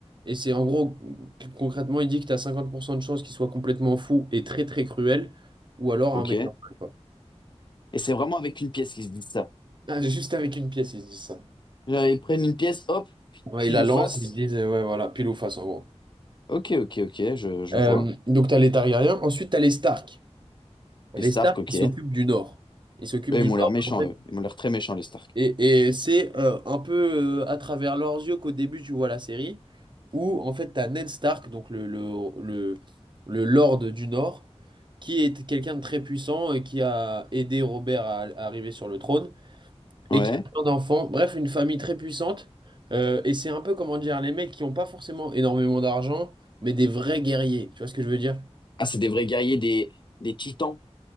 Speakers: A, on the right (about 45°); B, on the left (about 45°).
A: et c'est en gros, concrètement, il dit que t'as 50% de chances qu'il soit complètement fou et très très cruel, ou alors
B: Ok.
A: un mec
B: Et
A: normal, quoi.
B: c'est vraiment avec une pièce qu'ils se disent ça.
A: Ah, juste avec une pièce, ils se disent ça.
B: Genre, ils prennent une pièce, hop,
A: Ouais,
B: pile
A: ils la
B: ou
A: lancent,
B: face.
A: ils se disent, euh, ouais, voilà, pile ou face, en gros.
B: Ok, ok, ok, je, je
A: Euh,
B: vois.
A: donc, t'as les Targaryens. Ensuite, t'as les Stark. Les
B: Les Stark,
A: Stark,
B: ok.
A: ils s'occupent du Nord. Ils s'occupent
B: Là,
A: du
B: ils m'ont l'air
A: Nord.
B: méchants,
A: En fait,
B: eux. Ils m'ont l'air très méchants, les Stark.
A: Et, et c'est euh, un peu euh, à travers leurs yeux qu'au début tu vois la série, où en fait t'as Ned Stark, donc le, le, le, le Lord du Nord, qui est quelqu'un de très puissant et qui a aidé Robert à, à arriver sur le trône, et
B: Ouais.
A: qui a plein d'enfants, bref, une famille très puissante. Euh, et c'est un peu, comment dire, les mecs qui n'ont pas forcément énormément d'argent, mais des vrais guerriers, tu vois ce que je veux dire?
B: Ah, c'est des vrais guerriers, des, des titans.